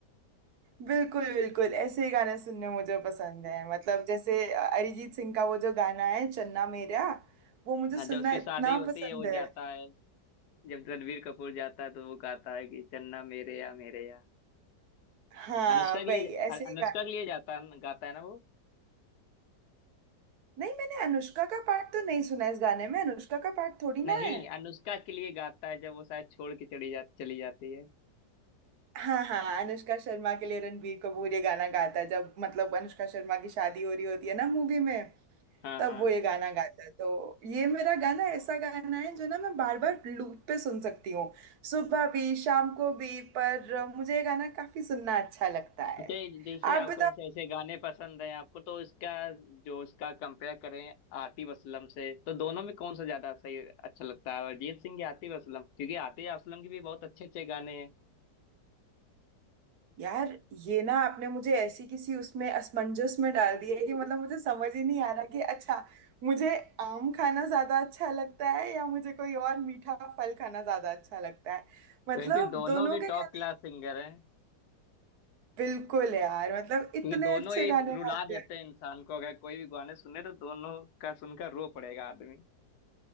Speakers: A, on the right; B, on the left.
A: बिल्कुल बिल्कुल ऐसे ही गाने सुनने मुझे पसंद है मतलब जैसे अ, अरिजीत सिंह का वो जो गाना है चन्ना मेरा वो मुझे
B: हाँ
A: सुनना
B: जब उसकी
A: इतना
B: शादी होती
A: पसंद
B: है वो
A: है
B: जाता है जब रणवीर कपूर जाता है तो वो गाता है कि चन्ना मेरे या मेरे या
A: हाँ
B: अनुष्का के
A: भाई
B: लिए
A: ऐसे
B: अनुष्का
A: ही
B: के लिए जाता गाता है ना वो
A: नहीं मैंने अनुष्का का पार्ट तो नहीं सुना इस गाने में अनुष्का का पार्ट थोड़ी ना
B: नहीं
A: है
B: अनुष्का के लिए गाता है जब वो शायद छोड़ के चली जा चली जाती है
A: हाँ हाँ अनुष्का शर्मा के लिए रणबीर कपूर ये गाना गाता है जब मतलब अनुष्का शर्मा की शादी हो रही होती है ना मूवी में
B: हाँ
A: तब
B: हाँ
A: वो ये गाना गाता है तो ये मेरा गाना ऐसा गाना है जो ना मैं बार बार लूप पे सुन सकती हूँ सुबह भी शाम को भी पर मुझे ये गाना काफी सुनना अच्छा लगता है
B: अच्छा ये जैसे
A: आप
B: आपको जैसे ऐसे गाने पसंद हैं आपको तो इसका जो इसका कंपेयर करें आतिफ असलम से तो दोनों में कौन सा ज्यादा सही अच्छा लगता है अरिजीत सिंह या आतिफ असलम क्योंकि आतिफ असलम के भी बहुत अच्छे अच्छे गाने हैं
A: यार ये ना आपने मुझे ऐसी किसी उसमें असमंजस में डाल
B: <laughs>
A: दिया है कि मतलब मुझे समझ ही नहीं आ रहा कि अच्छा मुझे आम खाना ज्यादा अच्छा लगता है या मुझे कोई और मीठा फल खाना ज्यादा अच्छा लगता है मतलब
B: क्योंकि दोनों
A: दोनों
B: भी
A: के
B: टॉप
A: खाने
B: क्लास सिंगर हैं
A: बिल्कुल यार मतलब इतने
B: क्योंकि दोनों
A: अच्छे
B: ही
A: खाने
B: रुला
A: खाते
B: देते
A: हैं
B: हैं इंसान को अगर कोई भी गाने सुने तो दोनों का सुनकर रो पड़ेगा आदमी